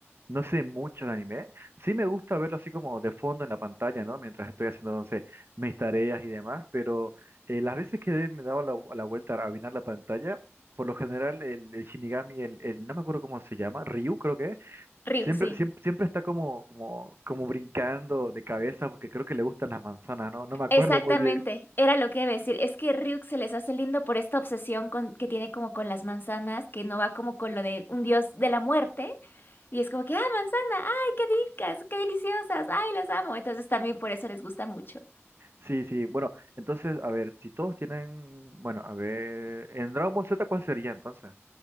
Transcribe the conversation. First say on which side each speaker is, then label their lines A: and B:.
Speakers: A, on the right; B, on the left.
A: No sé mucho de anime. Sí me gusta verlo así como de fondo en la pantalla, ¿no? Mientras estoy haciendo, no sé, mis tareas y demás, pero eh, las veces que me he dado la, la vuelta a mirar la pantalla, por lo general el, el Shinigami, el, el- no me acuerdo cómo se llama, Ryu creo que es,
B: Ryuk,
A: siempre,
B: sí.
A: siempre, siempre está como, como, como brincando de cabeza porque creo que le gustan las manzanas, ¿no? No me acuerdo
B: Exactamente,
A: muy bien.
B: era lo que iba a decir. Es que Ryuk se les hace lindo por esta obsesión con, que tiene como con las manzanas, que no va como con lo de un dios de la muerte. Y es como que, ah, manzana, ay, qué ricas, qué deliciosas, ay, las amo. Entonces también por eso les gusta mucho.
A: Sí, sí, bueno, entonces, a ver, si todos tienen, bueno, a ver, en Dragon Ball Z, ¿cuál sería entonces?